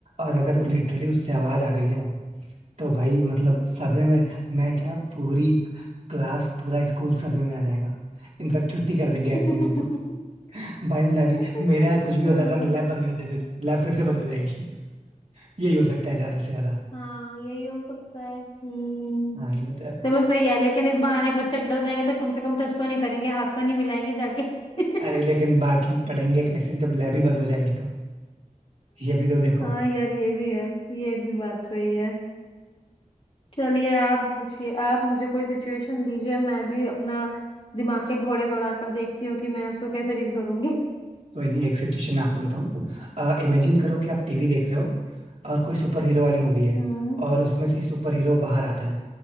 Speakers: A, on the right; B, on the left.
A: और अगर लिटरली उससे आवाज आ गई ना तो भाई मतलब सदमे में मैं क्या पूरी क्लास पूरा स्कूल सदमे में आ जाएगा इनफैक्ट छुट्टी कर देंगे अगले
B: <laughs>
A: दिन तो बायो लैब ही
B: हाँ
A: मेरे यहाँ कुछ भी होता था ना लैब बंद कर देते थे लैब फिर से बंद हो जाएगी <laughs> यही हो सकता है ज्यादा से ज्यादा
B: हाँ, यही हो सकता है हम्म
A: हाँ ये तो है
B: चलो सही है लेकिन इस बहाने बच्चे डर जाएंगे तो कम से कम टच तो नहीं करेंगे हाथ तो नहीं मिलाएंगे जाके <laughs>
A: अरे लेकिन बाकी पढ़ेंगे कैसे जब लैब ही बंद हो जाएगी तो ये भी तो देखो
B: हाँ यार ये भी है ये भी बात सही है चलिए आप पूछिए आप मुझे कोई सिचुएशन दीजिए मैं भी अपना दिमाग के घोड़े दौड़ा कर देखती हूँ कि मैं उसको कैसे डील करूंगी
A: कोई नहीं एक सिचुएशन मैं आपको देता हूँ इमेजिन करो कि आप टीवी देख रहे हो और कोई सुपर हीरो वाली मूवी है
B: हम्म
A: और उसमें से सुपर हीरो बाहर आता है